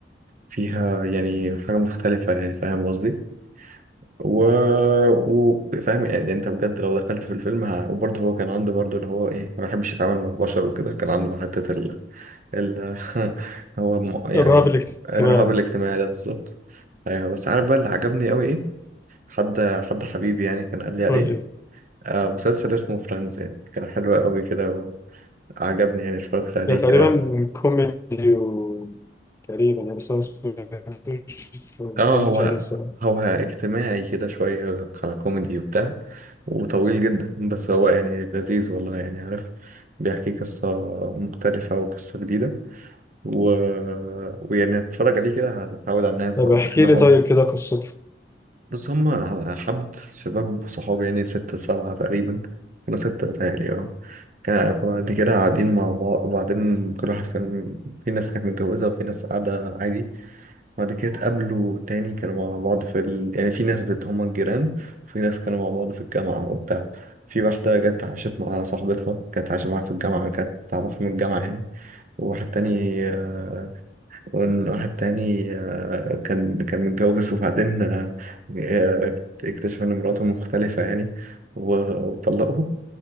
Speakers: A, on the right; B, on the left.
A: فيها يعني حاجة مختلفة يعني فاهم قصدي و... و... فاهم يعني انت بجد لو دخلت في الفيلم ه... وبرضه هو كان عنده برضه اللي هو ايه ما بيحبش يتعامل مع البشر وكده كان عنده حتة ال, ال... <laughs> هو م... يعني
B: الرهاب الاجتماعي
A: الرهاب الاجتماعي ده بالظبط ايوه بس عارف بقى اللي عجبني قوي ايه حد حد حبيبي يعني كان قال لي عليه
B: قول لي
A: آه مسلسل اسمه فريندز يعني كان حلو قوي كده وعجبني يعني اتفرجت عليه
B: ده تقريبا
A: كده
B: كوميدي و... تقريبا يعني بس انا ما سمعتوش ما
A: اه
B: اتفرجتش
A: هو
B: عليه الصراحه
A: هو اجتماعي كده شوية على كوميدي وبتاع وطويل جدا بس هو يعني لذيذ والله يعني عارف بيحكي قصة مختلفة وقصة جديدة و... ويعني تتفرج عليه كده هتتعود على الناس
B: طب
A: بقى
B: احكي
A: وكأنهم
B: لي طيب كده قصته
A: بس هم حبة شباب صحابي يعني ستة سبعة تقريبا كانوا ستة بتهيألي اه ك- فبعد كده قاعدين مع بعض وبعدين كل واحد كان في ناس كانت متجوزة وفي ناس قاعدة عادي بعد كده اتقابلوا تاني كانوا مع بعض في ال... يعني في ناس بت هما الجيران وفي ناس كانوا مع بعض في الجامعة وبتاع في واحدة جت عاشت مع صاحبتها كانت عايشة معاها في الجامعة كانت تعرفها من الجامعة يعني وواحد تاني آه، وواحد تاني آه، كان كان متجوز وبعدين آه، آه، اكتشف إن مراته مختلفة يعني و- واتطلقوا